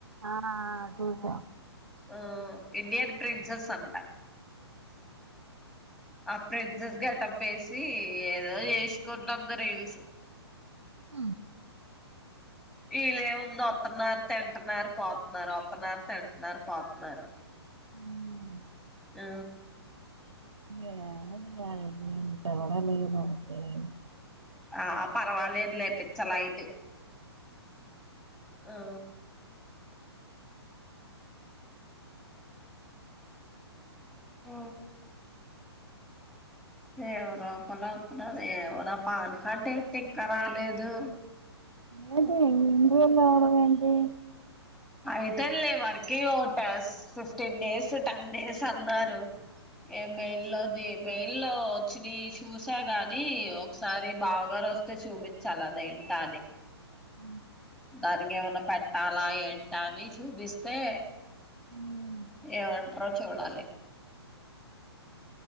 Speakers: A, on the right; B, in the centre.
A: ఆ చూసా
B: ఆ ఇండియన్ ప్రిన్సెస్ అంట. ఆ ప్రిన్సెస్ గెటప్పేసి ఏదో చేస్కుంటుంది రీల్స్
A: హ్
B: ఈల్లేముంది ఒత్తున్నార్, తింటున్నార్, పోతున్నార్, ఒత్తనార్, తింటున్నార్, పోతున్నారు.
A: మ్
B: ఆ
A: ఏ <unintelligible>
B: ఆ పర్వాలేదులె పిచ్చ లైట్ ఆ హ ఏమో రపలు అతున్నారు ఏమో నా పాన్ కార్డ్ అయితే ఇంకా రాలేదు.
A: ఏంటి ఇంకా <unintelligible>
B: అయితంలే వర్కి ఓటస్ ఫిఫ్టీన్ డేస్ టెన్ డేస్ అన్నారు. ఏం మెన్లోది మెయిల్లో వచ్చినై చూసా గాని ఒకసారి బావగారు వస్తే చూపించాల అదేం టాని
A: అ
B: దానికేమన్న పెట్టాలా ఏంట అని చూపిస్తే
A: ఉ
B: ఏమంటరో చూడాలి.